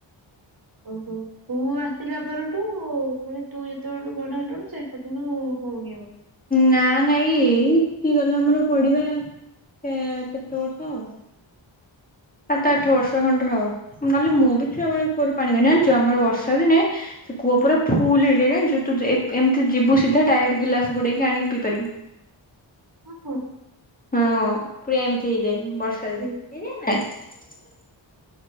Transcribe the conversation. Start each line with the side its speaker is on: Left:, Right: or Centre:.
Right: ଓହୋ ତୁ ଆସିଲା ପରଠୁ ମାନେ ତୁ ଯେତେବେଳଠୁ ବଡ ହେଲୁଣିୁ ସେ ପଥଣୁ ହଉନି ଆଉ
Left: ନା ନାଇଁ ଏଇ କି ଗଲେ ଆମର ପଡିବା କେତେ ବର୍ଷ ହବ। ସାତ ଆଠ ବର୍ଷ ଖଣ୍ଡରେ ହବ ନହେଲେ ମୁଁ ବି ଛୁଆ ବେଳ କୁଅରୁ ପାଣି କାଢ଼େ ଜାଣିଛୁ ଆମର ବର୍ଷା ଦିନେ ସେ କୂଅ
Right: ହୁଁ
Left: ପୁରା ଫୁଲ ହେଇଯାଏ ଜାଣିଛୁ ଏମିତି ଯିବୁ ସିଧା ଡାଏଟ ଗିଲସ ବୁଡେଇକି ଆଣିି ପିଇ ପାରିବୁ।
Right: ହ ହୋ।
Left: ହଁ ପୁରା ଏମିତି ହେଇଯାଏ। ବର୍ଷା
Right: ହୁଁ
Left: ଦିନେ <unintelligible>